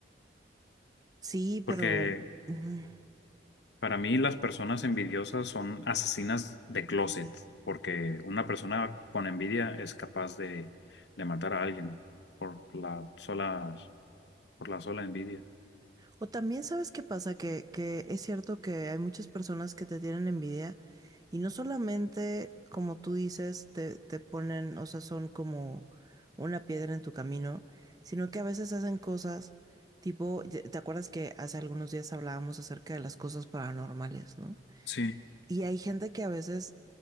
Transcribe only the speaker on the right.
sí, pero...
ujú.
O también sabes qué pasa, que, que es cierto que hay muchas personas que te tienen envidia y no solamente, como tú dices, te, te ponen, o sea, son como una piedra en tu camino, sino que a veces hacen cosas tipo, ya- ¿te acuerdas que hace algunos días hablábamos acerca de las cosas paranormales, ¿no?
Y hay gente que a veces